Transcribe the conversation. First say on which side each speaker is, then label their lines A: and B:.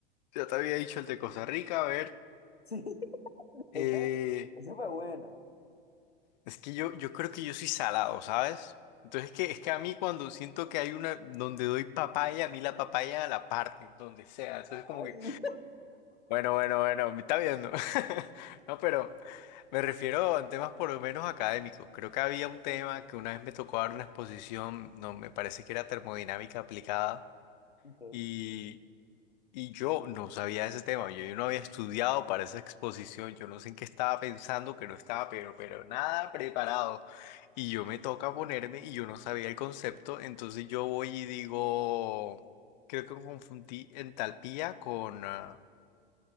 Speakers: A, on the left; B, on the left.
A: ya te había dicho el de Costa Rica, a ver.
B: Sí, <laughs> ese,
A: eh,
B: ese fue buena.
A: Es que yo, yo creo que yo soy salado, ¿sabes? Entonces es que, es que a mí cuando siento que hay una donde doy papaya, a mí la papaya la parte, donde sea. Entonces como
B: Ay,
A: que, bueno, bueno, bueno, me está viendo. <laughs> No, pero me refiero a temas por lo menos académicos. Creo que había un tema
B: <laughs>
A: que una vez me tocó dar una exposición, no, me parece que era termodinámica aplicada.
B: ok.
A: y y yo no sabía de ese tema, yo, yo no había estudiado para esa exposición, yo no sé en qué estaba pensando, que no estaba, pero, pero nada preparado. Y yo me toca ponerme y yo no sabía el concepto, entonces yo voy y digo, creo que confundí entalpía con ah,